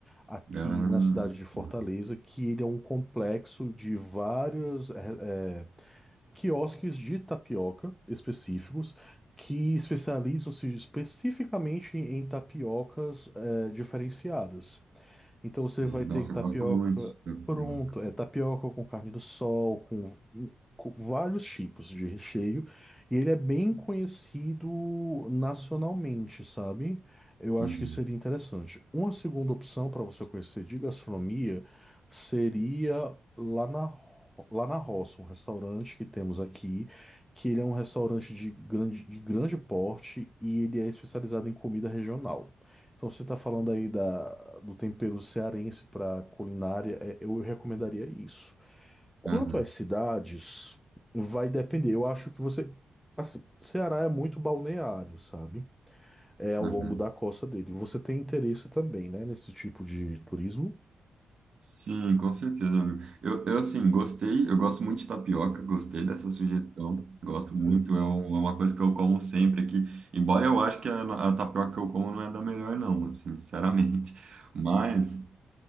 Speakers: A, in the centre; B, on the right.
A: aqui
B: Ah,
A: na cidade de Fortaleza,
B: uhum.
A: que ele é um complexo de várias eh, eh, quiosques de tapioca específicos que especializam-se especificamente em tapiocas eh, diferenciadas. Então
B: sim.
A: você vai
B: Nossa,
A: ter tapioca
B: eu gosto muito de tapioca.
A: pronto, é tapioca com carne do sol, com, com vários tipos de recheio, e ele é bem conhecido nacionalmente, sabe? Eu
B: Uhum,
A: acho que seria interessante. Uma segunda opção para você conhecer de gastronomia seria lá na Ro- Lá na Roça, um restaurante que temos aqui, que ele é um restaurante de grande, de grande porte e ele é especializado em comida regional. Então, você está falando aí da, do tempero cearense para culinária, é, eu recomendaria isso. Quanto
B: aham,
A: às cidades, vai depender. Eu acho que você. Assim, Ceará é muito balneário, sabe? É ao
B: aham.
A: longo da costa dele. Você tem interesse também, né, nesse tipo de turismo?
B: Sim, com certeza, meu amigo. Eu, eu, assim, gostei, eu gosto muito de tapioca, gostei dessa sugestão, gosto muito,
A: Sim,
B: é, um- é uma coisa que eu como sempre aqui, embora eu acho que a, a tapioca que eu como não é da melhor não, assim, sinceramente, mas